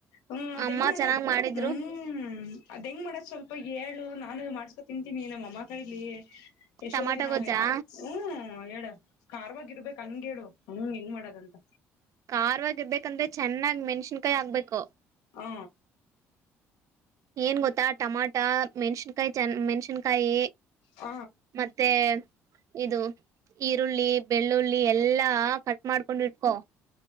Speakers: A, on the left; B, on the right.
A: ಹ್ಮ್ ಅದ್
B: ಅಮ್ಮ
A: ಹೆಂಗ್ ಮಾಡದು್
B: ಚೆನ್ನಾಗ್ ಮಾಡಿದ್ರು
A: ಹ್ಮ್ ಅದ್ ಹೆಂಗ್ ಮಾಡದ ಸ್ವಲ್ಪ ಏು ನಾನು ಮಾಡ್ಸ್ಕೊ ತಿಂತೀನಿ ನಮ್ಮ ಅಮ್ಮ ಕೈಲಿ ಎಷ್ಟೋ
B: ಟಮಾಟ
A: ದಿನ
B: ಗೊಜ್ಜಾ
A: ಆಗೈತೆ ಹ್ಮ್ ಹೇಳ ಕಾರವಾಗಿ ಇರ್ಬೇಕಕ್ ಹಂಗ ಹೇಳು ಹಂಗ್ ಹೆಂಗ್ ಮಾಡದಂತ
B: ಕಾರವಾಗಿರ್ಬೇಕಂದ್ರೆ ಚೆನ್ನಾಗ್ ಮೆಣಸಿನ್ಕಾಯಿ ಆಗ್ಬೇಕು
A: ಹಾ
B: ಏನ್ ಗೊತ್ತಾ ಟಮಾಟ ಮೆಣ್ಸಿನ್ಕಾಯಿ ಚ ಮೆಣ್ಸಿನ್ಕಾಯಿ
A: ಹ
B: ಮತ್ತೆ ಇದು ಈರುಳ್ಳಿ ಬೆಳ್ಳುಳ್ಳಿ ಎಲ್ಲಾ ಕಟ್ ಮಾಡ್ಕೊಂಡಿಟ್ಕೊ